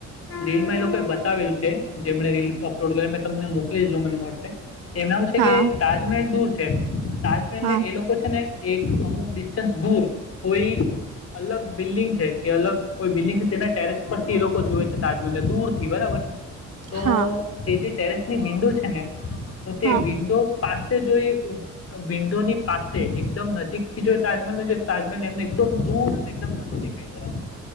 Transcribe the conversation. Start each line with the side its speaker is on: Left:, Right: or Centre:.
Left: રીલમાં એ લોકો બતાવેલું છે જેમને રીલ અપલોડ કરી મે તમને મોકલુ મને મળશે. એમાં એવું છે
Right: હા
Left: કે તાજમહેલ દૂર છે તાજમહેલ
Right: હા
Left: ને એ લોકો છે ને એક અમુક ડિસ્ટન્સ દૂર કોઈ અલગ બિલ્ડિંગ છે કે અલગ કોઈ બિલ્ડિંગ તેના ટેરેસ પરથી એ લોકો જોુવે છે તાજમહેલ દૂર થી બરાબર તો
Right: હા
Left: તેજ ટેરેસ ની વિન્ડો છે ને તો તે્યાં
Right: હા
Left: વિન્ડો પાસે જો વિન્ડો ની પાસે એકદમ નજીક થી જો તાજમહેલ જોઈ તાજમહેલ એમને એકદમ દૂધ અનેદમ નાનો દેખાય બરાબર